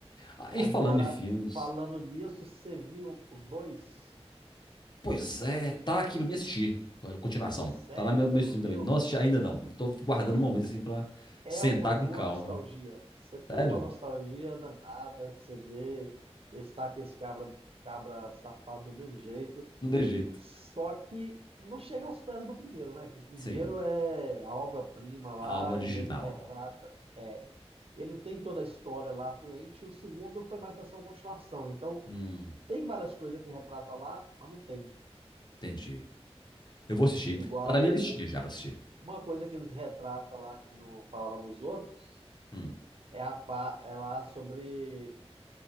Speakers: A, on the left; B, on the right.
A: Aí
B: Agora,
A: falando em filmes,
B: falando nisso, você viu o 2?
A: pois é, tá aqui pra mim assistir. A continuação.
B: Sério
A: Tá lá meu,
B: que
A: meu
B: você não
A: stream
B: viu,
A: também. Não
B: cara?
A: assisti ainda não. Tô guardando um momento assim pra
B: É
A: sentar
B: uma boa
A: com calma.
B: nostalgia. Você tem
A: Sério?
B: uma nostalgia danada, você vê Estaques cabra, cabra safado do mesmo jeito,
A: Não tem jeito.
B: só que não chega aos pés do primeiro, né? Que o primeiro
A: Sim,
B: é a obra-prima lá
A: a alma original.
B: e ele retrata. É, ele tem toda a história lá fluente, e o segundo foi mais para ser uma continuação. Então,
A: Hum,
B: tem várias coisas que retrata lá, mas não tem.
A: entendi. Eu vou assistir.
B: Igual
A: Tá na minha listinha já pra assistir.
B: uma coisa que eles retratam lá que não falava nos outros
A: Hum.
B: É a pá, ela sobre.